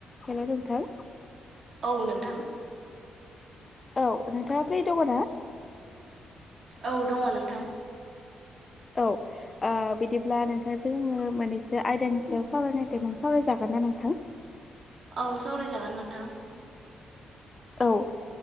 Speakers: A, on the left; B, on the right.
A: हेल' दोंथां
B: औ नोंथां
A: औ नोंथाङा फै दङना?
B: औ दङ नोंथां
A: औ। बिदिब्ला नोंथांजोंङो मोननसे आयदानि सायाव सावरायनाय थमोन सावरायजागोन ना नोंथां। <inaudible>
B: औ सावरायजागोन नोंथां।
A: औ